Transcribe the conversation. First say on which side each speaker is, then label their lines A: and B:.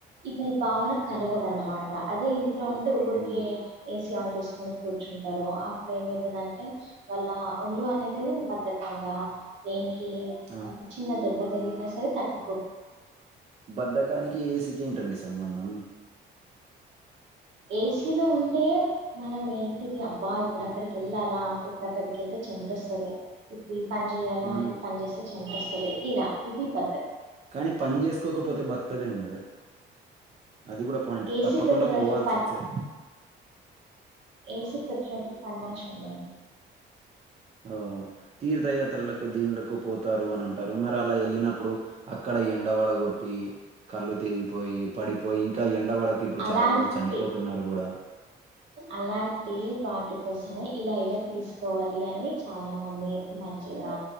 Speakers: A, on the right; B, on the right.
A: ఇది భావన కలగదన్నమాట అదే ఇంట్లో ఉంటే ఊరికే
B: హ్మ్.
A: ఏసీ ఆన్ చేసుకని కూర్చుంటారు అప్పుడు ఏమవుతదంటే వాళ్ల ఒళ్ళు అనేది బద్ధకంగా దేనికి
B: ఆ!
A: చిన్న దెబ్బ తగిలిన సరే తట్టు
B: బద్దకానికి ఏసీకేంటండి సంబంధం?
A: ఏసీలో ఉంటే మనం ఏంటిది అబ్బా ఇప్పుడక్కడికి వెళ్ళాలా ఇప్పుడక్కడికి ఏళ్తే చెమాటస్తది ఇప్పుడు ఈ పని చెయాలా,
B: హ్మ్.
A: ఈ పని చేస్తే చెమట వస్తది ఇలా ఇది పత్
B: కానీ పని చేసుకోకపోతే బతకలేం కదా అది కూడా పాయింట్
A: ఏసీ
B: తప్పకుండా
A: పెట్టినోడికి
B: పోవాల్సి వస్తేయి
A: ఏసు పెట్టటినకి పని మనిషండదు
B: ఓ తీర్థయాత్రలకు దీనులకు పోతారు అని అంటారు మరి అలా వెళ్ళినప్పుడు అక్కడ ఎండవడ కొట్టి కళ్ళు తిరిగి పోయి పడిపోయి ఇంకా ఎండ వడకు ఇప్పుడు
A: అలాంటి
B: చాలా మంది చనిపోతున్నారు కూడా
A: అలాంటి వాటి కోసమే ఇలా ఇలా తీసుకోవాలి అని చాలా మంది మం చిగా